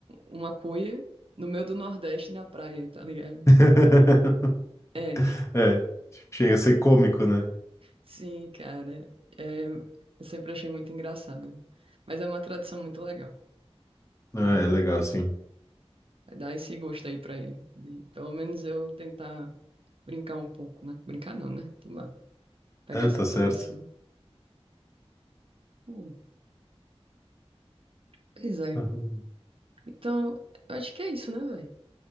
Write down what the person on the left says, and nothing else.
<laughs>
É, chega a ser cômico, né?
Ah,
é legal, sim.
É,
tá
certo.
Uhum.